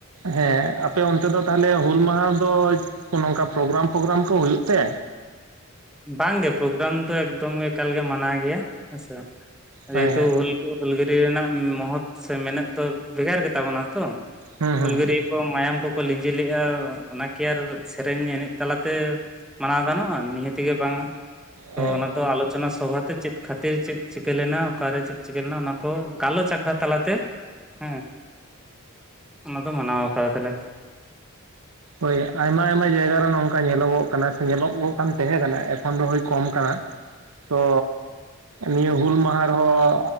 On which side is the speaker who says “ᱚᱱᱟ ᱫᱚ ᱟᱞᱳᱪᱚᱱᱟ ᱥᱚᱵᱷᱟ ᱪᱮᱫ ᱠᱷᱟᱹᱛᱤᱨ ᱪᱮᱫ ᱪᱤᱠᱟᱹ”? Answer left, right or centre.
Centre